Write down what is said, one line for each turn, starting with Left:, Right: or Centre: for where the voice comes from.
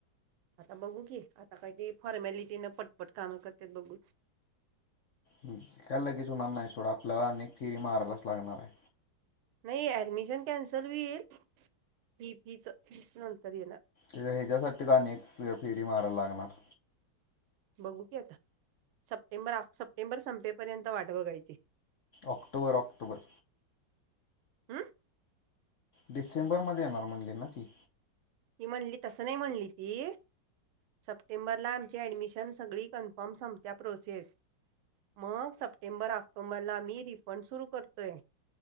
Right: आता बघू की आता काय ते फॉर्मलिटीन पटपट कामं करतात बघूच.
Left: हम्म. काय लगेच होणार नाही सोडा, आपल्याला अनेक फेरी मारायलाच लागणार आहे.
Right: नाही ऍडमिशन कॅन्सल होईल. फी फी च फिच नंतर येणार.
Left: हे ह्याज्यासाठीच अनेक फेरी मारायला लागणार.
Right: बघू की आता सप्टेंबर सप्टेंबर संपेपर्यंत वाट बघायची.
Left: October October.
Right: हम्म.
Left: डिसेंबर मध्ये येणार म्हणली ना ती.
Right: ती म्हणली, तस नाही म्हणली ती सप्टेंबर ला आमची ऍडमिश एकदम सगळी कन्फर्म संपत्या प्रोसेस. मग सप्टेंबर, ऑक्टोबरला मी रिफंड सुरू करतोय.